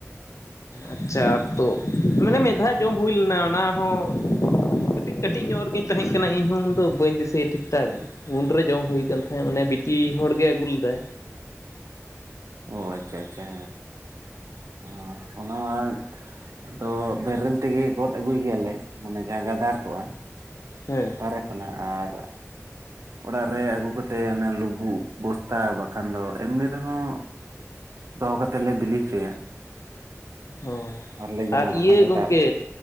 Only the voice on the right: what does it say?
ᱚ ᱟᱪᱪᱷᱟ, ᱟᱪᱪᱷᱟ᱾ ᱚ ᱚᱱᱟ ᱢᱟᱼᱼ ᱟᱫᱚ ᱵᱮᱨᱮᱞ ᱛᱮᱜᱮ ᱜᱚᱫ ᱟᱹᱜᱩᱭ ᱜᱮᱭᱟᱞᱮ, ᱡᱟᱦᱟᱸ ᱜᱟᱫᱟᱨ ᱠᱚᱜᱼᱟ᱾
ᱵᱟᱦᱮᱨᱮ ᱠᱷᱚᱱᱟᱜ, ᱟᱨ ᱚᱲᱟᱜ ᱨᱮ ᱟᱹᱜᱩ ᱠᱟᱛᱮ ᱚᱱᱟ ᱞᱩᱵᱩᱜ ᱵᱩᱥᱼᱼ ᱛᱟ ᱵᱟᱝᱠᱷᱟᱱ ᱫᱚ, ᱮᱢᱱᱤ ᱨᱮᱦᱚᱸ ᱫᱚᱦᱚ ᱠᱟᱛᱮᱫ ᱞᱮ ᱵᱤᱞᱤ ᱦᱚᱪᱚᱭᱟ᱾
ᱟᱨᱞᱮ ᱡᱚᱢᱟ
ᱵᱟᱠᱷᱟᱱ
ᱫᱚ
ᱫᱟᱜ